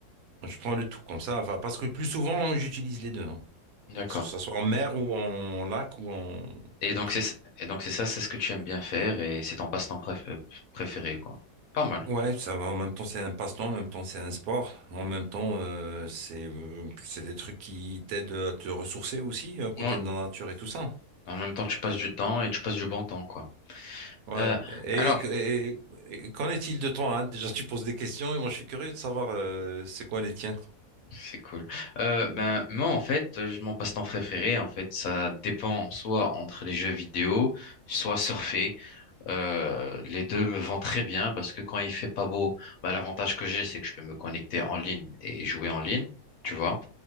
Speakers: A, on the right; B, on the left.
A: Je prends le tout comme ça. Enfin, parce que plus souvent, j'utilise les deux, hein.
B: D'accord.
A: Que ce soit en mer ou en lac ou en
B: Et
A: autre.
B: donc c'est et donc c'est ça, c'est ce que tu aimes bien faire et c'est ton passe-temps préf- euh, préféré, quoi. Pas mal.
A: Ouais, ça va. En même temps, c'est un passe-temps, en même temps, c'est un sport. En même temps, euh, c'est euh, c'est des trucs qui t'aident à te ressourcer aussi, euh, côté
B: Ouais.
A: de la nature et tout ça.
B: En même temps, tu passes du temps et tu passes du bon temps, quoi.
A: Ouais.
B: Euh, Ouais.
A: Et,
B: alors,
A: et- et qu'en est-il de toi, hein? Déjà, tu poses des questions et moi, je suis curieux de savoir euh, c'est quoi les tiens. quoi.
B: c'est cool. Euh, ben moi, en fait, je- mon passe-temps préféré, en fait, ça dépend soit entre les jeux vidéo, soit surfer. Euh, les deux me vont très bien parce que quand il fait pas beau, ben, l'avantage que j'ai, c'est que je peux me connecter en ligne et jouer en ligne. tu vois